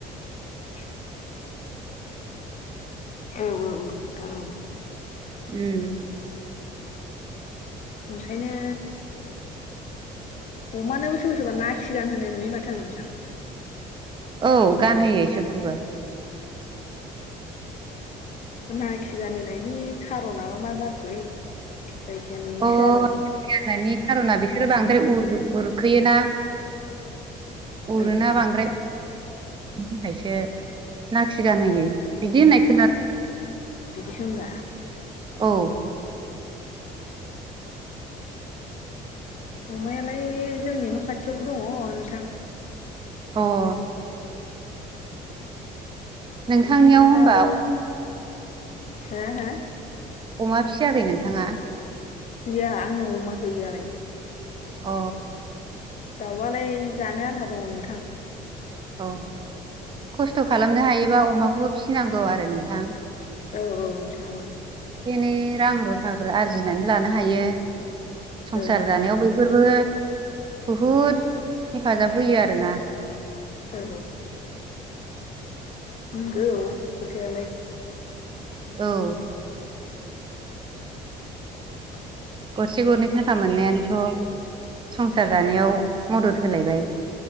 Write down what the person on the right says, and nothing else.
ओं
औ गानहोयो इसोरखौबो,
अ
जानायनि खार'ना बिसोरो बांद्राय उर-उरखोयोना, उरुना
बांद्राय, ओंखायसो नाखि गानहोयो बिदि होननाय खोनायो,
औ
अ' नोंथांनियाव
होमबा
अमा फिसियाखै नोंथांङा?
अ
औ खस्थ' खालामनो हायोबा अमाखौबो फिसिनांगौ आरो नोंथां,
एसे एनै रां रुफाफोर आरजिनानै लानो हायो, संसार
जानायाव बैफोरबो बुहुत हेफाजाब होयो आरो ना,
औ
गरसे गरनै थाखा मोननायानोथ' संसार जानायाव मदद होलायबाय,